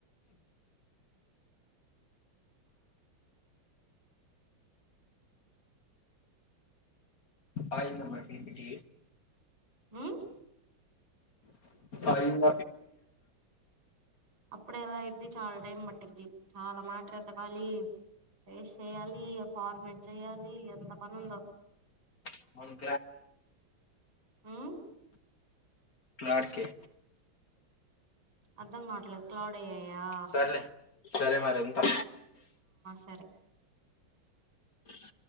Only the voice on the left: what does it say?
ఆయినా మా ఇంటికి
అయింద
<unintelligible>
క్లారికె
సర్లే సరే మరి ఉంటా
అ